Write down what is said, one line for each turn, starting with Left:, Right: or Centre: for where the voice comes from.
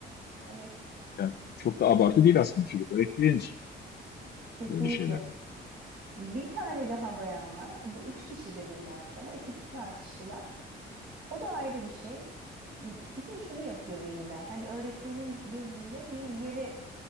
Right: Evet,
Left: Yani çok da abartı değil aslında çocuklar etkilenir
Right: kesinlikle.
Left: böyle şeylerden.
Right: Bir tane daha bayan var. Bu üç kişi dedim ben sana. İkisi tartıştılar. O da ayrı bir şey. Bir de şunu yapıyor veliler. Hani öğretmenin gözünde bir yere